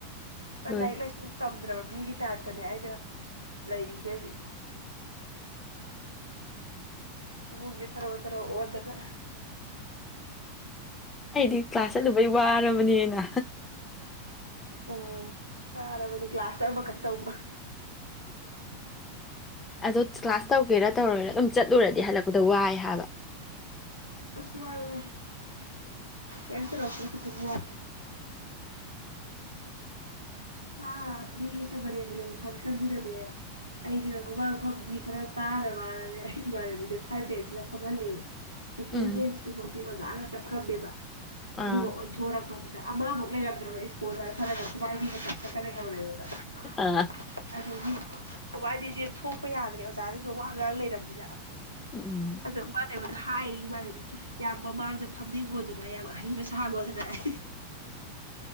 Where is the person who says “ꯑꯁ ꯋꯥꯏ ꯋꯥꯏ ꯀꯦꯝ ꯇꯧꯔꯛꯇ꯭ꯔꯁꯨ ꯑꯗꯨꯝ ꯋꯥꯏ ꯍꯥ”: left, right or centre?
Right